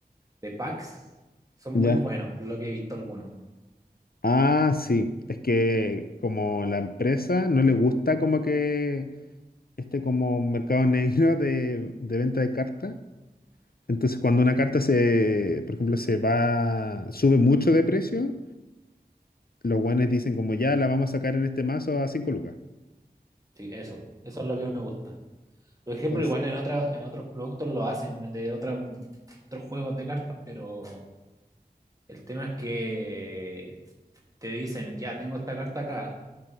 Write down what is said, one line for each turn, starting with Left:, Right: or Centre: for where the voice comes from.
Right: de packs, son muy
Left: Ya.
Right: buenos, lo que he visto algunos.
Left: Ah, sí, es que como la empresa no le gusta como que este como mercado <laughs> negro de, de venta de cartas, entonces cuando una carta se, por ejemplo, se va, sube mucho de precio, los guanes dicen como ya la vamos a sacar en este mazo a 5 lucas.
Right: Sí, eso, eso es lo que me gusta. Por ejemplo,
Left: Entonces,
Right: igual en otra, en otros productos lo hacen, de otra- otros juegos de cartas, pero el tema es que te dicen, ya, tengo esta carta acá,